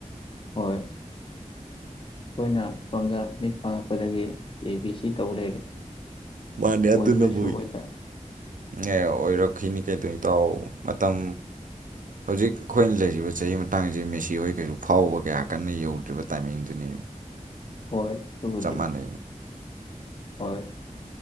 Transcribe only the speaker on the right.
ꯃꯥꯅꯤ ꯑ
ꯑꯗꯨꯟꯅꯕꯨꯣꯏ
ꯑꯦ ꯑꯣꯏꯔꯛꯈꯤꯅꯤ ꯀꯩꯗꯧ ꯏꯇꯥꯎ ꯃꯇꯝ ꯍꯧꯖꯤꯛ ꯑꯩꯈꯣꯏꯅ ꯂꯩꯔꯤꯕ ꯆꯍꯤ ꯃꯇꯥꯡꯁꯦ ꯃꯦꯁꯤ ꯍꯣꯏ ꯀꯩꯁꯨ ꯐꯥꯎꯕ ꯀꯌꯥ ꯀꯟꯅ ꯌꯧꯗ꯭ꯔꯤꯕ ꯇꯥꯏꯃꯤꯡꯗꯨꯅꯤ
ꯆꯞ ꯃꯅ